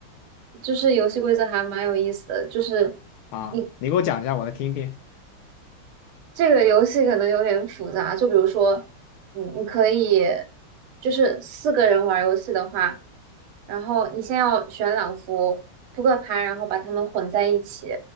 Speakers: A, on the right; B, on the left.
A: 就是游戏规则还蛮有意思的，就是
B: 啊，
A: 你
B: 你给我讲一下，我来听听
A: 这个游戏可能有点复杂，就比如说，你你可以就是四个人玩游戏的话，然后你先要选两副扑克牌，然后把它们混在一起，